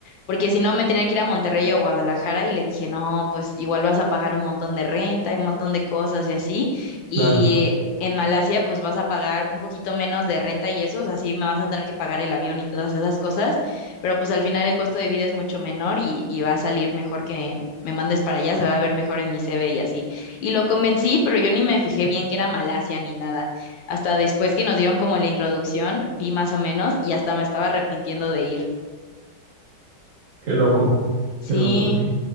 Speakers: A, on the left; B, on the right.
A: porque si no me tenía que ir a Monterrey o Guadalajara y le dije, no, pues igual vas a pagar un montón de renta, y un montón de cosas y así. Y
B: Claro,
A: eh, en Malasia, pues vas a pagar un poquito menos de renta y eso, o sea, sí me vas a tener que pagar el avión y todas esas cosas, pero pues al final el costo de vida es mucho menor y, y va a salir mejor que me mandes para allá, se va a ver mejor en mi CV y así. Y lo convencí, pero yo ni me fijé bien que era Malasia ni nada. Hasta después que nos dieron como la introducción, vi más o menos y hasta me estaba arrepintiendo de ir.
B: qué loco,
A: Sí.
B: qué loco, sí.